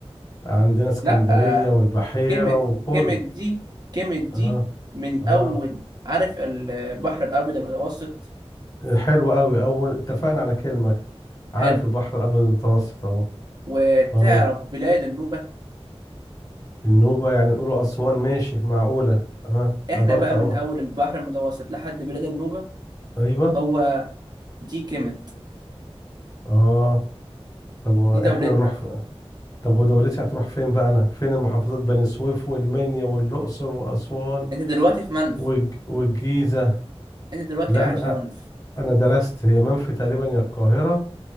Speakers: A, on the left (about 35°); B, on the right (about 40°).
A: عندنا اسكندرية
B: لا آه،
A: والبحيرة
B: كيميت
A: وكله
B: كيميت دي كيميت دي
A: اه
B: من
A: اه
B: اول عارف البحر الابيض المتوسط
A: حلو قوي اول اتفقنا على كلمة عارف
B: حلو
A: البحر الابيض المتوسط اهو
B: وتعرف
A: اه
B: بلاد النوبة
A: النوبة يعني نقوله اسوان ماشي معقولة اه
B: احنا
A: قدرت
B: بقى
A: أو...
B: من اول البحر المتوسط لحد بلاد النوبة
A: ايوه
B: هو دي كيميت
A: اه طب واحنا
B: دي دولتنا
A: نروح في... طب ودولتي هتروح فين بقى انا فين المحافظات بني سويف والمنيا والاقصر واسوان
B: انت دلوقتي في منف
A: والج... والجيزة
B: انت دلوقتي
A: لا
B: قاعد
A: انا
B: في منف
A: انا درست هي منفي تقريبا يا القاهره